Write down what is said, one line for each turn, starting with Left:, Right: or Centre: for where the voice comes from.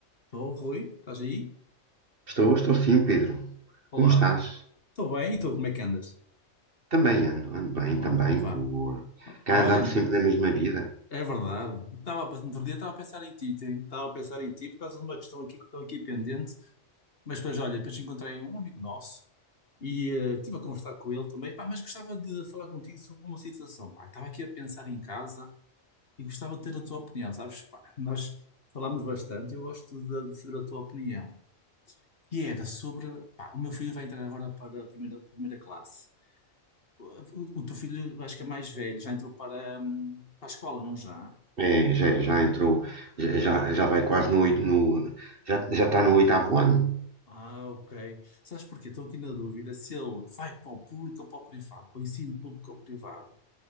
Left: Estou, Rui, estás aí?
Right: Estou, estou sim, Pedro.
Left: Olá.
Right: Como estás?
Left: Estou bem, e tu, como é que andas?
Right: Também ando, ando bem,
Left: Olha,
Right: também.
Left: pá.
Right: Boa. Cá
Left: Olha,
Right: andamos sempre na mesma vida.
Left: é verdade. Estava, a- no outro dia estava a pensar em ti, te- estava a pensar em ti por causa de uma questão aqui que estou aqui pendente. Mas depois, olha, depois encontrei um amigo nosso e eh, estive a conversar com ele também, pá, mas gostava de falar contigo sobre uma situação, pá. Estava aqui a pensar em casa e gostava de ter a tua opinião, sabes? Pá, nós falámos bastante, eu gosto de, de saber a tua opinião. E era sobre, pá, o meu filho vai entrar agora para a primeira, primeira classe. O, o teu filho, acho que é mais velho, já entrou para, hum, para a escola, não já?
Right: É, já, já entrou, já, já já vai quase no, oito- no já, já está no oitavo ano.
Left: Ah, ok. Sabes porquê? Estou aqui na dúvida se ele vai para o público ou para o privado, para o ensino público ou privado.